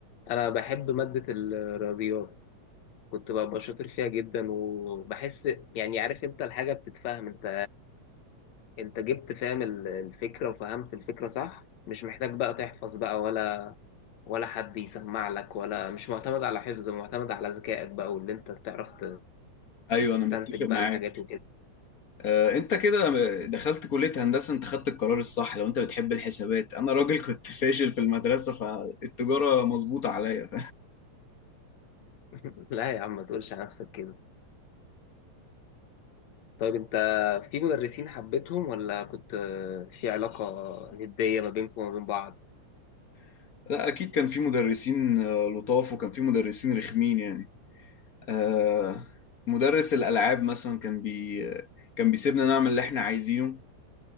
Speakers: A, on the left; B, on the left.
A: أنا بحب مادة الرياضيات كنت ببقى شاطر فيها جدا وبحس يعني عارف أنت الحاجة بتتفهم أنت انت جبت فاهم ال- الفكرة وفهمت الفكرة صح مش محتاج بقى تحفظ بقى ولا ولا حد يسمع لك ولا مش معتمد على حفظ معتمد على ذكائك بقى واللي انت بتعرف ت-
B: ايوه
A: تستنتج
B: انا متفق معاك
A: بقى الحاجات وكده
B: آه، انت كده دخلت كلية هندسة انت خدت القرار الصح لو انت بتحب الحسابات انا راجل كنت <laughs> فاشل في المدرسة فالتجارة مظبوطة عليا
A: <laughs> لا يا عم ما تقولش على نفسك كده طيب انت في مدرسين حبيتهم ولا كنت في علاقة ندية ما بينكم وما بين بعض
B: <laughs> لا اكيد كان في مدرسين آه، لطاف وكان في مدرسين رخمين يعني آه، مدرس الالعاب مثلا كان بي كان بيسيبنا نعمل اللي احنا عايزينه